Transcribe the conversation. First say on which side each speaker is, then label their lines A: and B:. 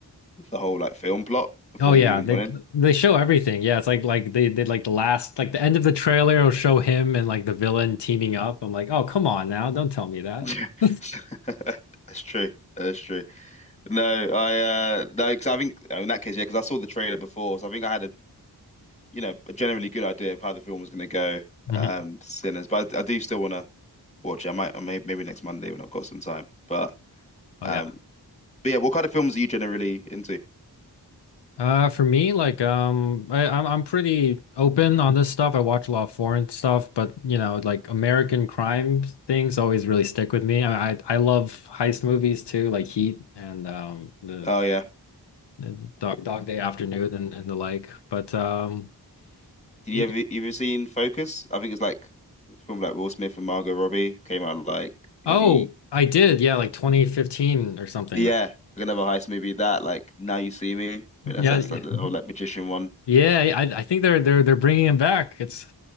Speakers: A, on the left; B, on the left.
A: the whole like film plot before
B: Oh yeah,
A: you've even
B: they
A: gone in.
B: they show everything. Yeah, it's like like they did like the last like the end of the trailer will show him and like the villain teaming up. I'm like, oh come on now, don't tell me that.
A: Yeah.
B: <laughs>
A: <laughs> That's true. That's true. No, I uh no, 'cause I think oh, in that case, yeah, because I saw the trailer before, so I think I had a you know a generally good idea of how the film was going to go.
B: Mhm.
A: Um, Sinners, but I, I do still want to watch it. I might, I may, maybe next Monday when I've got some time. But
B: Oh
A: um,
B: yeah.
A: but yeah, what kind of films are you generally into?
B: Uh, for me, like, um, I, I'm I'm pretty open on this stuff. I watch a lot of foreign stuff, but you know, like American crime things always really stick with me. I I, I love heist movies too, like Heat and um the,
A: Oh yeah.
B: the Dog Dog Day Afternoon and, and the like. But um,
A: Did
B: y-
A: you ever even seen Focus? I think it's like a film like Will Smith and Margot Robbie came out like
B: oh,
A: maybe
B: I did, yeah, like 2015 or something.
A: yeah,
B: right?
A: like another heist movie that like Now You See Me. I mean,
B: Yeah,
A: that's that's
B: yeah,
A: like the whole like magician one.
B: <laughs>
A: <laughs>
B: yeah. I I think they're they're they're bringing him back. It's